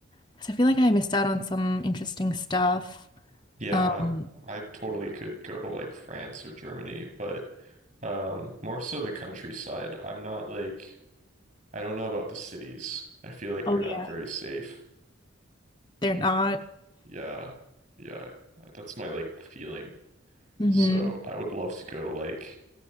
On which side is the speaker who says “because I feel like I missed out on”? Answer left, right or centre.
Left